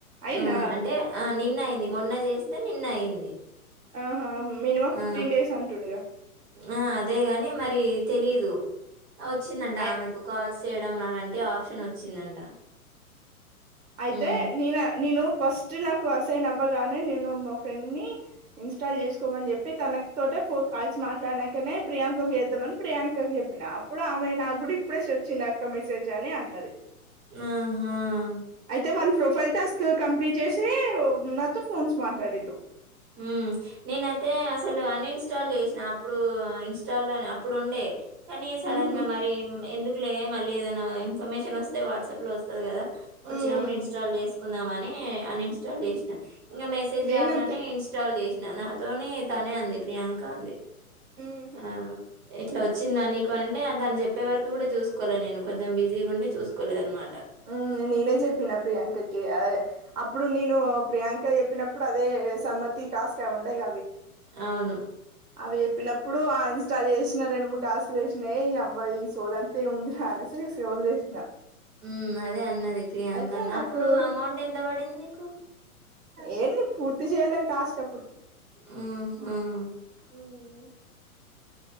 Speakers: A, on the right (about 80°); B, on the right (about 20°).
A: అయిందా
B: ఆ అంటే ఆ నిన్న అయింది మొన్న చేస్తే నిన్న అయింది
A: ఆహా మినిమం ఫిఫ్టీన్
B: ఆ
A: డేస్ అంటుండెగా
B: ఆ అదేగాని మరి తెలీదు వచ్చిందంట
A: అయి
B: ఆమెకు కాల్ స్ చేయడం అలాంటి ఆప్షన్ వచ్చిందంట
A: అయితే
B: ఉమ్
A: నినా నిను ఫస్ట్ నాకు అసైన్ అవ్వగానే నేను మా ఫ్రెండ్ ని ఇన్స్టాల్ చేసుకోమని చెప్పి తన తోటె ఫోర్ కాల్స్ మాట్లాడినాంకనే ప్రియాంకకు చేద్దామని ప్రియాంక కు చెప్పిన అప్పుడు ఆమె నాకు కూడా ఇప్పుడే స్టర్చ్ ఇందక్క మెసేజ్ అని అన్నది
B: ఆహా
A: అయితే వాళ్ళ ప్రొఫైల్ టాస్క్ కంప్లీట్ చేసి నాతో ఫోన్స్ మాట్లాడి
B: ఉమ్ నేనైతే అసలు అన్ఇన్స్టాల్ చేసిన అప్పుడు ఇంస్టాలోనే అప్పుడు ఉండే కానీ సడన్
A: ఉహు
B: గా మరి ఎందు కులే మళ్ళీ ఏదైనా ఇన్ఫర్మేషన్ వస్తే వాట్సాప్ లో వస్తది కదా వచ్చినప్పుడు
A: ఉమ్
B: ఇన్స్టాల్ చేసుకుందాంమ ని అన్ఇంస్టాల్ చేసిన ఇంగ మెసేజ్
A: నేనంతే
B: రాగానే ఇంస్టాల్ చేసి న నాతోని తనే అంది ప్రియాంక అంది
A: ఉహు
B: ఆ ఇట్లా వచ్చిందా నీకు అంటే తను చెప్పే వరకు కూడా చూసుకోలే నేను కొంచెం బిజీగా ఉండి చూసుకోలేదు అనమాట
A: ఉ నేనే చెప్పిన ప్రియాంకకి అదే అప్పుడు నేను ప్రియాంక చెప్పినప్పుడు అదే సమ తి టాస్క్ అవి ఉండేగ
B: అవును.
A: అవి చెప్పినప్పుడు ఇంస్టాల్ చేస్ న రెండు మూడు టాస్కులు వేసినా ఈ అబ్బ ఈ సోదంత ఏముందిర అనేసి వదిలేసిన
B: ఉమ్ అదే అన్నది ప్రియాంక
A: అయితే
B: న
A: నాకు
B: అప్పుడు అమౌంట్ ఎంత పడింది నీకు
A: ఏ నేను పూర్తి చేయలే టాస్క్ అప్పుడు
B: హ్మ్. హ్మ్.
A: ఉమ్